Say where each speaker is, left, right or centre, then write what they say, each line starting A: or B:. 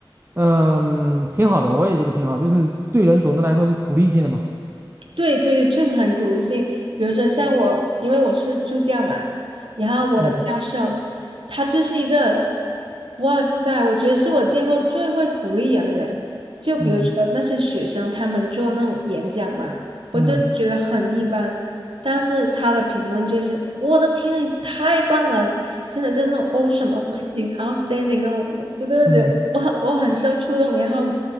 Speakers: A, on the right (about 25°); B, on the right (about 75°).
A: 嗯，挺好的，我也觉得挺好，就是对人总的来说是鼓励性的嘛。
B: 对对，确实很鼓励性。比如说像我，因为我是助教嘛，然后我的教授，
A: 嗯
B: 他就是一个，哇塞，我觉得是我见过最会鼓励人的人。就比如说那些学生，
A: 嗯
B: 他们做那种演讲嘛，我就觉得很一般，
A: 嗯
B: 但是他的评论就是，我的天，你太棒了，真的就是那种 awesome、amazing、outstanding 那种，我我真的觉得。
A: 嗯，
B: 我很我很受触动，然后